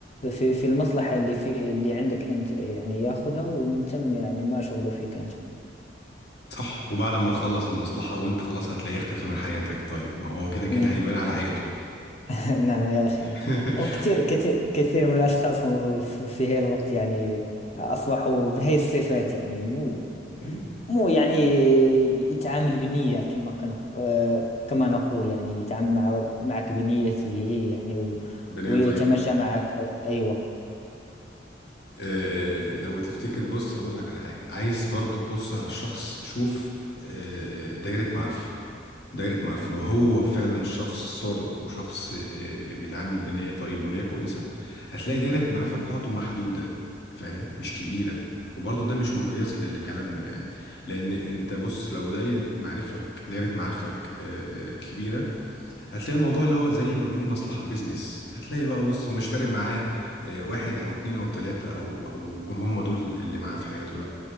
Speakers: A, on the left (about 35°); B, on the left (about 60°).
A: في في المصلحة اللي في اللي عندك أنت يعني ياخذها ومن ثم يعني ما شغله فيك أنت
B: صح وبعد ما تخلص المصلحة وانت خلاص هتلاقيه اختفى من حياتك طيب ما هو كده كده
A: ن-
B: هيبان على حقيقته
A: <laughs> نعم يا أخي نعم
B: <laughs>
A: وكثير كثير كثير من الأشخاص هم في في هذا الوقت يعني أصبحوا بهي الصفات يعني مو
B: مم.
A: مو يعني يتعامل بنية كما كان آه، كما نقول يعني يتعامل مع معك بنيته هي، يعني و-
B: بنية
A: ويتماشى
B: طيبة
A: معك أيوة
B: آه، لو تفتكر بص هقول لك على حاجة عايز برضو تبص على الشخص شوف آه، دايرة معارفه دايرة معارفه لو هو فعلا شخص صادق وشخص آه، بيتعامل بنية طيبة ونية كويسة هتلاقي دايرة المعرفة بتاعته محدودة فاهم مش كبيرة وبرضو ده مش مقياس ل- لكلامنا يعني لأن أنت بص لو دايرة معرفك دايرة معارفك آه، آه، كبيرة هتلاقي الموضوع اللي هو زي ما بنقول مصلحة بيزنس هتلاقي بقى بص هو مش فارق معاه آه، واحد او اتنين او تلاتة او او يكون هم دول اللي معاه في حياته لا